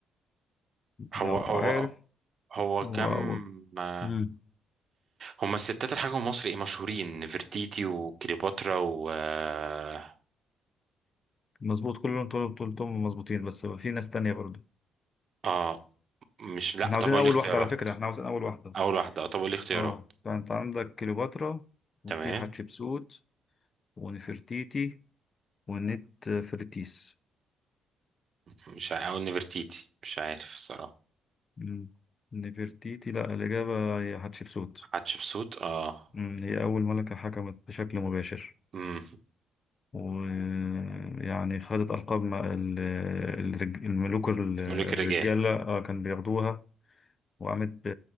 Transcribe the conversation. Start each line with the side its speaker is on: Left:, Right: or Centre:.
Left: لو
Right: هو هو
Left: عارف
Right: هو كم
Left: هو هو-
Right: ما
Left: مم.
Right: هما الستات الحاجة مصر ايه مشهورين نفرتيتي وكليوباترا و اه
Left: مظبوط كلهم طول طول طول مظبوطين بس في ناس تانية برضو
Right: آه، مش لا
Left: احنا عاوزين
Right: طب قول
Left: اول
Right: لي اختيارات
Left: واحدة على فكرة احنا عاوزين اول واحدة
Right: اول واحدة اه طب قول لي اختيارات
Left: اه فانت عندك كليوباترا وفي
Right: تمام
Left: حتشبسوت ونفرتيتي ونت فرتيس
Right: مش ع- او نفرتيتي مش عارف صراحة
Left: مم. نفرتيتي لا الإجابة هي حتشبسوت
Right: حتشبسوت اه
Left: مم. هي أول ملكة حكمت بشكل مباشر
Right: امم
Left: ويعني خدت ألقاب ما- ال- الرج- الملوك ال-
Right: الملوك
Left: الرجالة
Right: الرجال
Left: آه، كان بياخدوها وقامت ب-